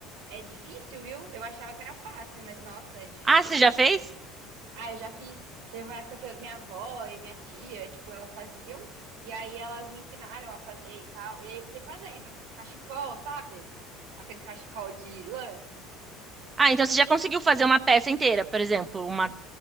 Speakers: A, on the right (about 75°); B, on the right (about 15°).
A: é difícil, viu? Eu achava que era fácil, mas nossa, é difícil
B: Ah, você
A: o
B: já fez?
A: Ah, eu já fiz. Teve uma época que eu- minha avó e minha tia, tipo, elas faziam, e aí elas me ensinaram a fazer e tal. E aí eu fiquei fazendo cachecol, sabe? Aqueles cachecol de lã.
B: Ah, então você já conseguiu fazer uma peça inteira, por exemplo, uma